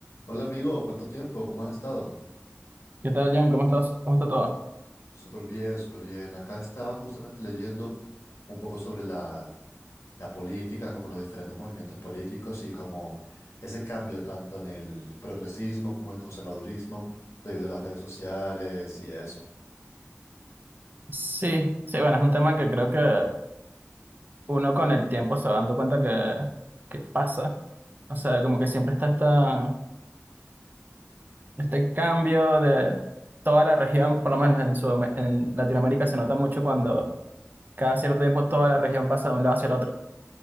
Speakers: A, on the left; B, on the right.
A: Hola amigo, ¿cuánto tiempo? ¿Cómo has estado?
B: ¿Qué tal, John? ¿Cómo estás? ¿Cómo está todo?
A: Súper bien, súper bien. Acá estaba justamente leyendo un poco sobre la, la política, como los diferentes movimientos políticos y como ese cambio tanto en el progresismo como el conservadurismo debido a las redes sociales y eso.
B: Sí, sí, bueno, es un tema que creo que uno con el tiempo se va dando cuenta que, que pasa. O sea, como que siempre está esta, este cambio de toda la región, por lo menos en, Sudam- en Latinoamérica se nota mucho cuando cada cierto tiempo toda la región pasa de un lado hacia el otro.